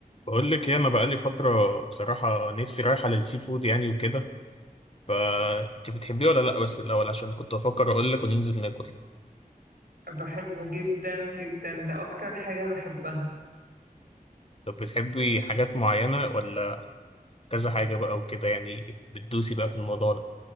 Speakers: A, on the left; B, on the right.
A: بقول لك ايه انا بقالي فتره بصراحه نفسي رايحه للسي فود يعني وكده فانت بتحبيه ولا لا بس الاول عشان كنت بفكر اقول لك وننزل ناكل
B: بحبه جدا جدا ده أكتر حاجة بحبها
A: طب بتحبي حاجات معينه ولا كذا حاجه بقى وكده يعني بتدوسي بقى في الموضوع ده